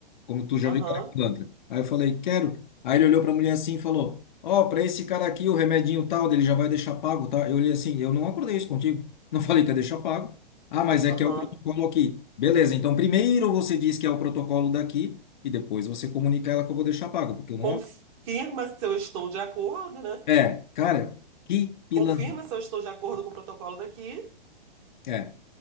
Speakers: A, on the left; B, on the right.
A: como tu já viu
B: aham,
A: cara pilantra. Aí eu falei: Quero. Aí ele olhou para a mulher assim e falou: Ó, para esse cara aqui, o remedinho tal, dele já vai deixar pago, tá? Eu olhei assim: Eu não acordei isso contigo. Não <laughs> falei que ia deixar pago. Ah, mas é
B: aham.
A: que é o protocolo aqui. Beleza, então primeiro você diz que é o protocolo daqui e depois você comunica a ela que eu vou deixar pago, porque eu não.
B: Confirma se eu estou de acordo, né?
A: É, cara, que pilantra.
B: Confirma se eu estou de acordo com o protocolo daqui.
A: É,